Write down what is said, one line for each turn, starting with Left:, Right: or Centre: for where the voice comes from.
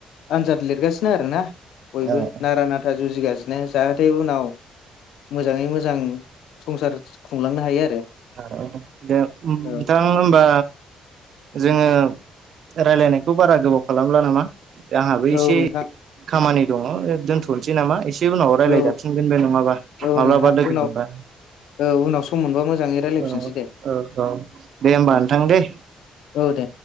Left: आनजाद लिरगासिनो आरो ना बयबो
Right: औ
Left: नारा नाथा जुजिगासिनो जाहाथे उनाव मोजाङै मोजां संसार खुंलांनो हायो आरो
Right: औ दे नोंथां
Left: औ
Right: हमबा जोङो रायलायनायखौ बारा गोबाव खालामला नामा आंहाबो एसे
Left: औ नोंथां
Right: खामानि दङ दोनथ'नोसै नामा एसे ए उनाव रायज्लायज
Left: औ
Right: जाफिनगोन बे नङाबा
Left: औ
Right: माब्लाबा
Left: नोंथां
Right: लोगो
Left: उनाव
Right: मोनबा
Left: औ उनाव सम मोनबा मोजाङै रायलायफिनसै
Right: औ
Left: दे
Right: औ औ दे होमबा
Left: औ
Right: नोंथां दे
Left: औ दे